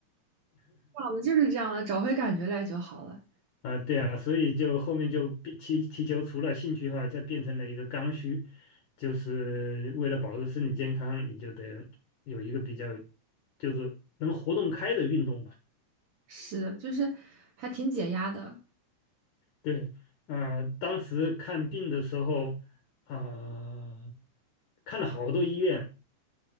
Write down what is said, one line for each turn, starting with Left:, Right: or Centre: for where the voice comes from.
Right: 我们就是这样的，找回感觉来就好了。
Left: 啊、对啊，所以就后面就变踢踢球，除了兴趣的话，就变成了一个刚需，就是为了保持身体健康，你就得有一个比较就是能活动开的运动吧。
Right: 是的，就是还挺解压的。
Left: 对，啊，当时看病的时候，啊、看了好多医院，